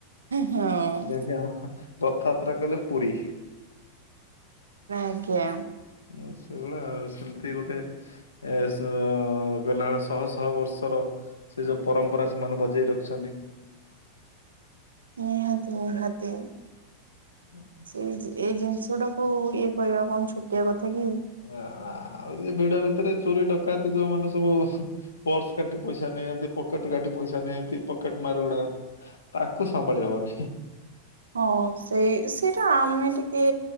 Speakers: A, on the right; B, on the left.
A: ହଁ
B: ଯେମିତି କଥା ରଥଯାତ୍ରା କାହିଲେ ପୁରୀ।
A: ଆଜ୍ଞା।
B: ହ ସେଇଭଳିଆ ଆଉ ସେମିତି ଗୋଟେ ଏ ସ ଅଗନା ଶହ ଶହ ବର୍ଷର ସେ ଯୋଉ ପରମ୍ପରା ସେମାନେ ବଜେଇ ରଖିଛନ୍ତି।
A: ନିହାତି ନିହାତି
B: ଆଉ
A: ସେଇ ଯେ ଏଇ ଜିନିଷ ଟାକୁ ଇଏ କରିବା କଣ ଛୋଟିଆ କଥା କି?
B: ଆଉ ଯେ ଭିଡ ଭିତରେ ଚୋରି ଡକାୟତି ଯୋଉମାନେ ସବୁ ପର୍ସ କାଟି ପଇସା ନେଇଯାଆନ୍ତି ପକେଟ କାଟି ପଇସା ନିହାନ୍ତି ପକେଟ ମାରଗୁଡା। ତାକୁ ସମ୍ଭାଳି ହବନି।
A: ହଁ ସେଇ ସେଇଟା ଆମେ ଟିକେ